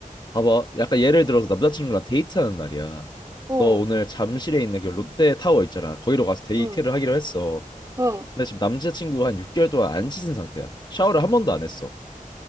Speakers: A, on the left; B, on the right.
A: 봐봐. 약간 예를 들어서 남자친구랑 데이트하는 날이야.
B: 어,
A: 너 오늘 잠실에 있는 그 롯데타워 있잖아. 거기로 가서 데이트를
B: 응,
A: 하기로 했어.
B: 응,
A: 근데 지금 남자친구가 한 6개월 동안 안 씻은 상태야. 샤워를 한 번도 안 했어.